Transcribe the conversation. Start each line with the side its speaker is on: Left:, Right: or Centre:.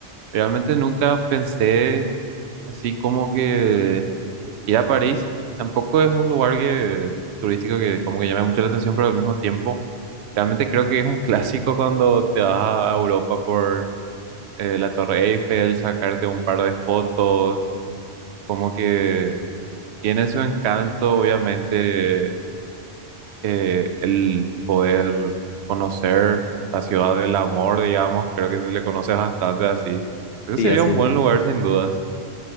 Right: Realmente nunca pensé así como que ir a París. Tampoco es un lugar que, turístico que como que llame mucho la atención, pero al mismo tiempo realmente creo que es un <laughs> clásico cuando te vas a a Europa por eh, la Torre Eiffel, sacarte un par de fotos, como que tiene su encanto, obviamente eh, el poder conocer la ciudad del amor, digamos, creo que se le conoce bastante así. Creo
Left: Sí,
Right: que sería
Left: así
Right: un
Left: mismo.
Right: buen lugar sin dudas.